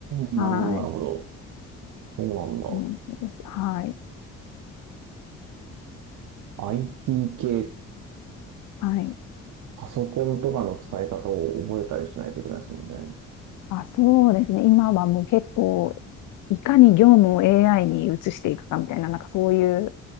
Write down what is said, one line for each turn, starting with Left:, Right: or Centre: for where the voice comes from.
Right: ん、
Left: はい。
Right: なるほど、なるほど。そうなんだ。
Left: うん、です。はい。
Right: IT 系、
Left: はい。
Right: パソコンとかの使い方を覚えたりしないといけないですもんね。
Left: あ、そうですね。今はもう結構いかに業務を AI に移していくかみたいな、なんかそういう